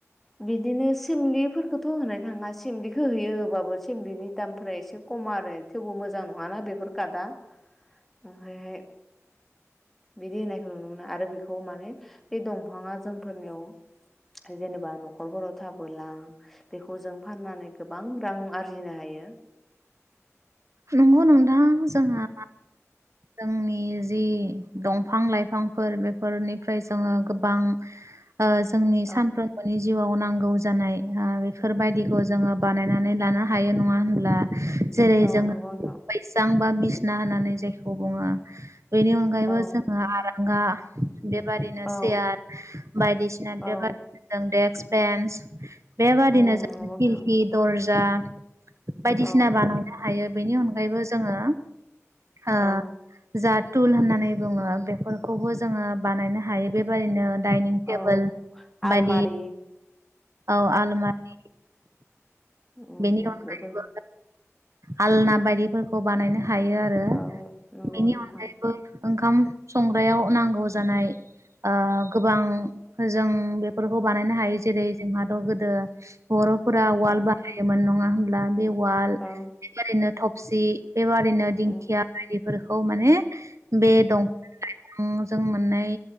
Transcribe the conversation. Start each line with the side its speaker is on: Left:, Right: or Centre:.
Centre: बिदिनो सिमलिफोरखौथ' होनाय थाङा सिम्लिखौ होयो होबाबो सिमलिनि दामफोरा एसे खम आरो थेवबो मोजां नङाना बेफोर खातआ ओमफ्राय हाय बिदि होनायखौ नुनो मोनो आरो बे खौ माने बे दंफाङा जोंफोरनियाव जेनेबा न'खरफोराव थाबोला बेखौ जों फाननानै गोबां रां आरजिनो हायो।
Right: नंगौ नोंथां जोंहा जोंनि जि दंफां लाइफांफोर बेफोरनिफ्राय जोङो गोबां ओ जोंनि
Centre: औ
Right: सानफ्रामबोनि जिउआव नांगौ जानाय ओ बेफोर बायदिखौ जोङो बानायनानै लानो हायो नङा होनब्ला। जेरै
Centre: औ
Right: जोङो
Centre: नंगौ नोंथां
Right: फैसां बा बि सिना होनानै जायखौ बुङो। बेनि अनगायैबो
Centre: औ
Right: जोङो आरां रांगा बेबादिनो
Centre: औ
Right: सेयार बायदिसिना बेबादिनो
Centre: औ
Right: देक सिपेन्स। बेबादिनो
Centre: उम
Right: जों
Centre: नंगौ
Right: खिरखि
Centre: नोंथां
Right: दर्ज जा बायदिसिना
Centre: औ
Right: बानायनो हायो। बेनि अनगायैबो जोङो ओं
Centre: औ
Right: जा टुल होननानै बुङो बेफोरखौबो जोङो बानायनो हायो बे बायदिनो डाइनिं टेबोल
Centre: औ आलमारि
Right: बायदि औ आलमारि
Centre: उम
Right: बेनि अनगायैबो
Centre: बेफोर
Right: आलना बायदिफोरखौ बानायनो हायो आरो
Centre: औ नंगौ
Right: बेनि
Centre: नोंथां
Right: अनगायैबो ओंखाम संग्रायाव नांगौ जानाय ओ गोबां जों बेफोर खौ बानायनो हायो जेरै जोंहा ओ गोदो बर' फोरा उवाल
Centre: औ
Right: बानायोमोन नङा? होमब्ला बे उवाल
Centre: औ
Right: ओरैनो थबसि बेबादिनो दिंखिया
Centre: उम
Right: बायदि फोरखौ माने बे दं <inaudible> ओ जों मोननाय